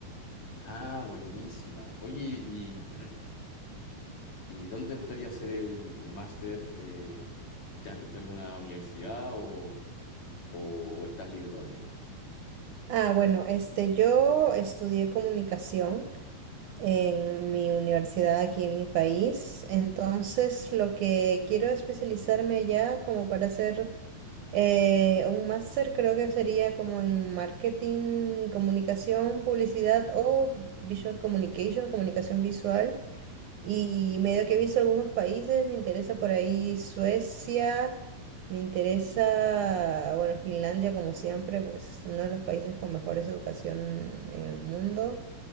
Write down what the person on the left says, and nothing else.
Ah, buenísima. Oye, ¿y, <clears throat> y dónde te gustaría hacer el, el máster? Eh, ¿ya has visto alguna universidad o o estás libre todavía?